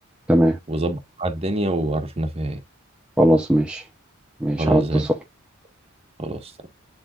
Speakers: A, in the centre; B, on the right (about 30°).
A: تمام
B: وظبط مع الدنيا وعرفنا فيها ايه
A: خلاص ماشي ماشي
B: خلاص
A: على اتصال
B: زي الفل. خلاص